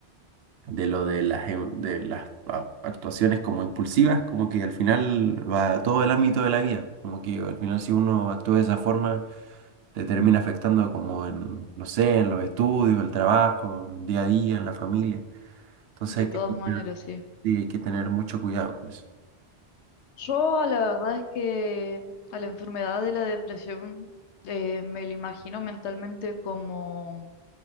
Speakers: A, on the right (about 70°); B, on the left (about 80°).
A: de lo de las, em- de las a- actuaciones como impulsivas, como que al final va a todo el ámbito de la vida. Como que al final si uno actúa de esa forma te termina afectando como en, no sé, en los estudios, el trabajo, el día a día, en la familia. Entonces
B: De
A: hay que
B: todas
A: tener,
B: maneras, sí.
A: sí, hay que tener mucho cuidado con eso.
B: Yo la verdad es que a la enfermedad de la depresión eh, me la imagino mentalmente como